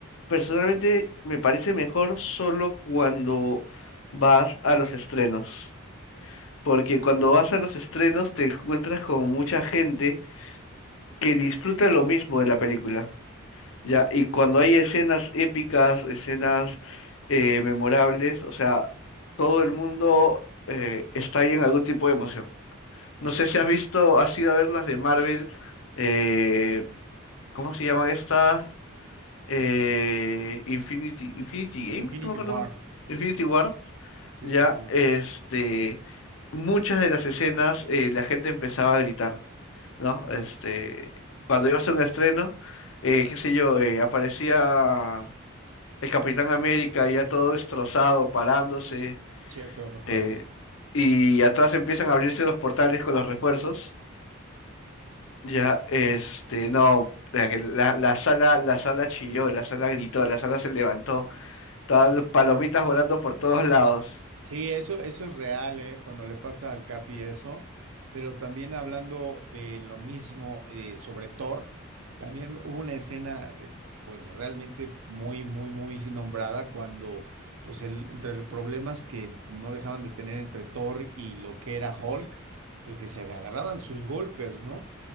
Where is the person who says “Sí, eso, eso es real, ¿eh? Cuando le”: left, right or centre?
Right